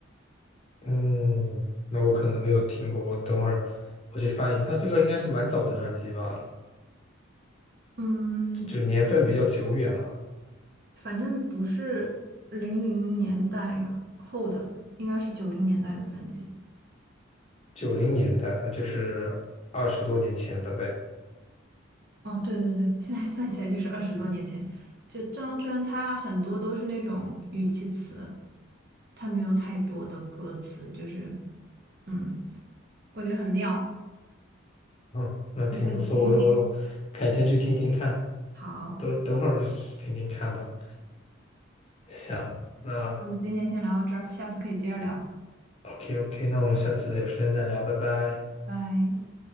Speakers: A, on the left; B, on the right.
A: 嗯，那我可能没有听过，我等会儿我去翻一翻。那这个应该是蛮早的专辑吧，
B: 嗯，
A: 就是年份比较久远了，
B: 反正不是零零年代后的，应该是九零年代的专辑。
A: 九零年代，那就是二十多年前的呗。
B: 哦，对对对，现在算起来就是二十多年前。就这张专，它很多都是那种语气词，它没有太多的歌词，就是嗯，我觉得很妙，
A: 嗯，那挺不错，
B: 你可以去听听。
A: 我我改天去听听看，
B: 好，
A: 等等会儿就去听听看吧。行，那
B: 那我们今天先聊到这儿，下次可以接着聊，
A: OK OK，那我们下次有时间再聊，拜拜。
B: 拜。